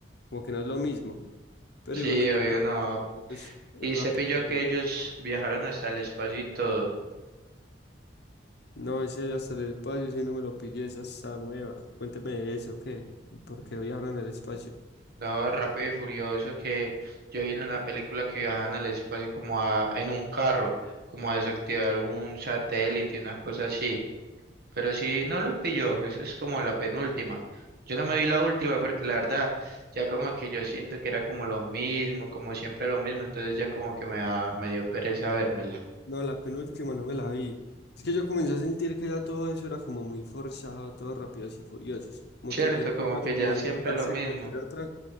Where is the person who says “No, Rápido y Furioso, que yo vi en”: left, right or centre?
Right